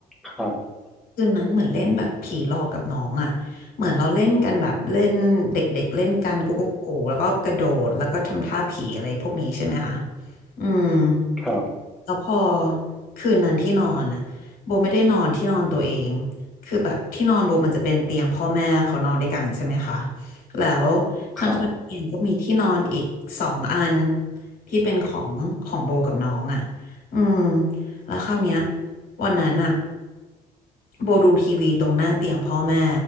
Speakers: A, in the centre; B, on the left.
A: ครับ
B: คืนนั้นเหมือนเล่นแบบผีหลอกกับน้องอะเหมือนเราเล่นกันแบบเล่นเด็กๆเล่นกันกุ๊กกุ๊กกูแล้วก็กระโดดแล้วก็ทำท่าผีอะไรพวกนี้ใช่ไหมคะอืม
A: ครับ
B: แล้วพอคืนนั้นที่นอนอ่ะโบไม่ได้นอนที่นอนตัวเองคือแบบที่นอนโบมันจะเป็นเตียงพ่อแม่เขานอนด้วยกันใช่ไหมคะแล้วข้างๆเตียงก็มีที่นอนอีกสองอัน
A: ครับ
B: ที่เป็นของของโบกับน้องอ่ะอืมแล้วคราวเนี้ยวันนั้นอ่ะโบดูทีวีตรงหน้าเตียงพ่อแม่